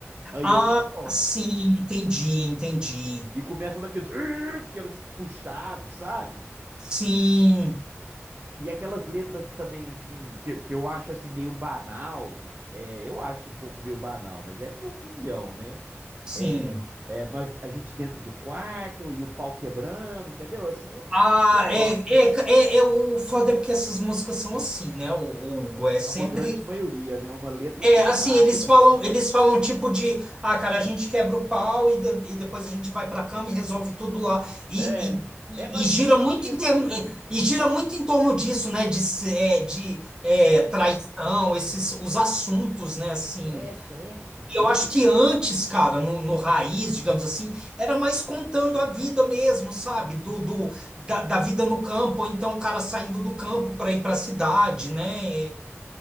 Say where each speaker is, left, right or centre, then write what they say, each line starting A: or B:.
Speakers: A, on the right (about 40°); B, on the right (about 15°).
A: Aí
B: Ah,
A: eu não gosto.
B: sim, entendi, entendi.
A: E começam daqueles, "Ur", aqueles puxados, sabe?
B: Sim,
A: E aquelas letras também, assim, que, que eu acho, assim, meio banal. É, eu acho um pouco meio banal, mas é minha opinião, né?
B: sim.
A: É, é, nós, a gente dentro do quarto e o pau quebrando, entendeu? Assim, eu não,
B: Ah,
A: eu não gosto.
B: é, é, é, é o foda é porque essas músicas são assim, né? O, o Hugo é sempre
A: É uma grande maioria, né? Uma letra
B: É,
A: muito
B: assim,
A: baixa,
B: eles falam,
A: né?
B: eles falam tipo de, ah, cara, a gente quebra o pau e, de- e depois a gente vai para a cama e resolve tudo lá. E,
A: É,
B: e, e-
A: é basicamente
B: e gira muito
A: isso.
B: em termo- e gira muito em torno disso, né? De, se- é, de é,
A: É,
B: traição, esses os assuntos, né? Assim,
A: é sexo,
B: E
A: né?
B: eu acho que antes, cara, no, no raiz, digamos assim, era mais contando a vida mesmo, sabe? Do, do da, da vida no campo, ou então o cara saindo do campo para ir para a cidade, né?